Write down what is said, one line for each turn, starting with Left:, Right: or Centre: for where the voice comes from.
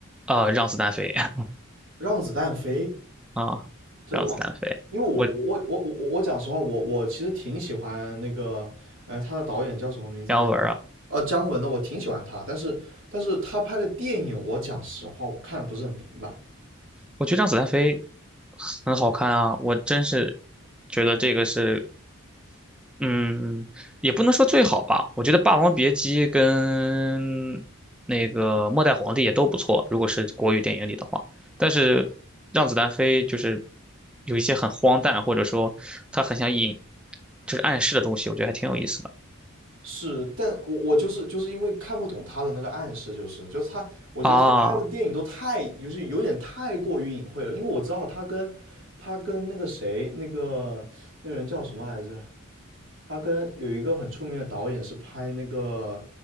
Centre: 呃，让子弹飞 <laughs>
Right: 让子弹飞，
Centre: 啊，
Right: 真的吗？
Centre: 让子弹飞，
Right: 因为我我我我我我讲实话，
Centre: 我
Right: 我我其实挺喜欢那个，呃，他的导演叫什么名字来着？
Centre: 姜文儿啊，
Right: 哦，姜文的，我挺喜欢他，但是但是他拍的电影，我讲实话，我看不是很明白。
Centre: 我觉得让子弹飞很好看啊，我真是觉得这个是，嗯，也不能说最好吧。我觉得《霸王别姬》跟那个《末代皇帝》也都不错，如果是国语电影里的话。但是让子弹飞就是有一些很荒诞，或者说他很想引，就是暗示的东西，我觉得还挺有意思的
Right: 是，但我我就是就是因为看不懂他的那个暗示，就是就是他，我觉得他拍的电影都太，
Centre: 啊
Right: 就是有点太过于隐晦了，因为我知道他跟他跟那个谁，那个那个人叫什么来着？他跟有一个很出名的导演是拍那个，